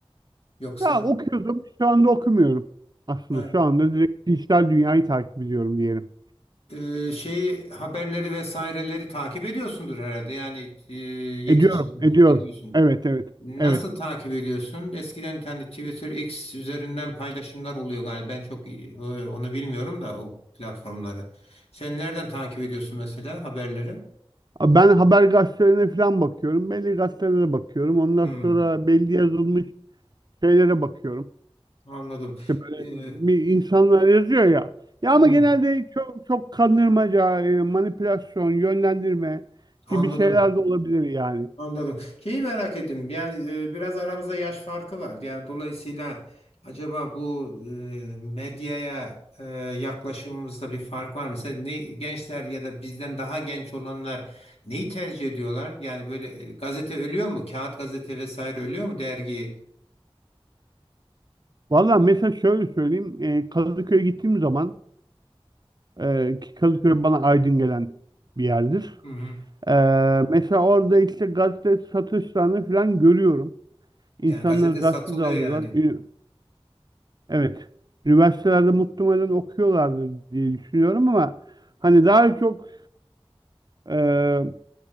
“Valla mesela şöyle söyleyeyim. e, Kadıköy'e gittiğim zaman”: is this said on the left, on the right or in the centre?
Right